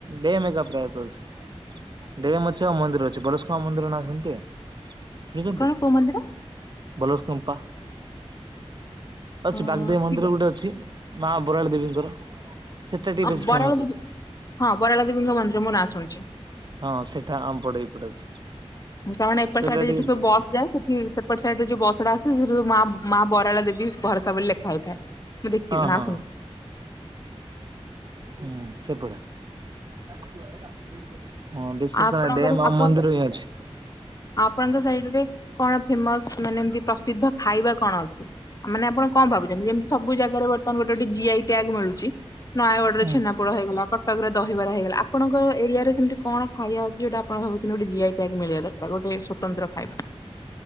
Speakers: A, on the right; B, on the left.
A: ଡ୍ୟମ୍ ଏକା ପ୍ରାୟତଃ ଅଛି। ଡେମ୍ ଅଛି ଆଉ ମନ୍ଦିର ଅଛି ବଲ୍ସୋତୋମ୍ପା ମନ୍ଦିର ନା ଶୁଣିଥିବେ। ଶୁଣିଚନ୍ତି
B: କଣ କୋଉ ମନ୍ଦିର
A: ବଲ୍ସୋତୋମ୍ପା। ଅଛି
B: ଅ
A: ବାଗଦେବୀ ମନ୍ଦିର
B: ଶିବ
A: ଗୁଟେ ଅଛି ମା ବରାଳ ଦେବୀଙ୍କର। ସେଟା ଟିକେ
B: ଅ
A: ବେଶୀ
B: ବରାଳ
A: ଫେମସ
B: ଦେବୀ
A: ଅଛି।
B: ହଁ ବରାଳ ଦେବୀଙ୍କ ମନ୍ଦିର ମୁଁ ନାଁ ଶୁଣିଚି।
A: ହଁ ସେଟା ଆମ ପଟେ ଏଇ ପଟେ ଅଛି।
B: ହୁଁ ତାମାନେ ଏପଟ୍
A: ସେଟା
B: ସାଇଡରେ
A: ଟିକେ
B: ଯେତେ ସବୁ ବସ୍ ଯାଏ ସେଠୀ ସେପଟ ସାଇଡରୁ ଯୋଉ ବସ୍ ଗୁଡା ଆସେ ସେ ସବୁ ମା ମା ବ କାଳ ଦେବୀ ଭରସା ବୋଲି ଲେଖା ହେଇଥାଏ। ମୁଁ ଦେଖି
A: ଅଁହଁ
B: ନାଁ ଶୁଣିଛି।
A: ହୁଁ ସେଇପଡ଼। <unintelligible> ହଁ ଡେଶି
B: ଆପଣଙ୍କର
A: ଫ୍ରିଇଡେ ମ
B: ଆପଣ
A: ମନ୍ଦିର ବି ଯାଉଛି।
B: ଆପଣଙ୍କ ସାଇଡ ରେ କଣ ଫେମସ ମାନେ ଏମତି ପ୍ରସିଦ୍ଧ ଖାଇବା କଣ ଅଛି। ମାନେ ଆପଣ କଁ ଭାବୁଚନ୍ତି ଜେନ୍ତି ସବୁ ଜାଗାରେ ବର୍ତ୍ତମାନ ଗୋଟେ ଗୋଟେ ଜି ଆଇ ଟ୍ୟାଗ୍ ମିଳୁଚି। ନୟାଗଡ଼ର
A: ହୁଁ
B: ଛେନାପୋଡୋ ହେଇଗଲା କଟକରେ ଦହିବରା ହେଇଗଲା ଆପଣଙ୍କ ଏରିଆର ସେମିତି କଣ ଖାଇବା ଅଛି ଯୋଉଟା ଆପଣ ଭାବୁଥୁଲେ ଗୋଟେ ଜି ଆଇ ଟ୍ୟାଗ୍ ମିଳିବା ଦରକାର ଗୋଟେ ସ୍ଵତନ୍ତ୍ର ଖାଇବା।